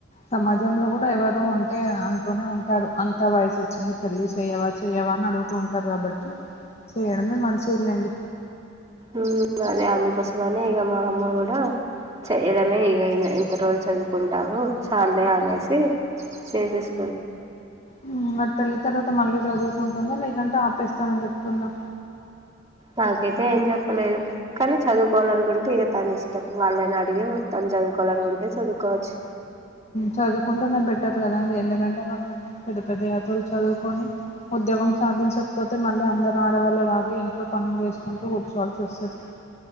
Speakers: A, on the left; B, on the right.
A: సమాజంలో కూడా ఎవరు ఉంటే అంటూనే ఉ టారు అంత వయసు వచ్చింది పెళ్లి చెయవా చెయ్యవా అని అడుగుతూ ఉంటారు కాబట్టి చేయడమే మంచిది లేండి
B: ఉ అదే అందుకోసమనే ఇక మా అమ్మ కూడా చేయడమే ఇగ ఎంత రోజులు చదువుకుంటావు చాల్లే అనేసి చేసేస్
A: ఉ అటు పెళ్లి తర్వాత మళ్ళీ చదువుకుంటుందా లేకంటే ఆపేస్తానని చెప్తుందా
B: నాకైతే ఏం చెప్పలేదు కానీ చదువుకోవాలనుకుంటే ఇక తన ఇష్టం వాళ్ళని అడిగి తను చదువుకోవాలనుకుంటే చదువుకోవచ్చు
A: చదువుకుంటూనే బెట్టరు కదండి ఎందుకంటే మనం పెద్ద పెద్ద ఎతలు చదువుకొని ఉద్యోగం సాధించకపోతే మళ్ళీ అందరు ఆడవాళ్ళలాగే ఇంట్లో పనులు చేసుకుంటూ కూర్చోవాల్సి వస్తది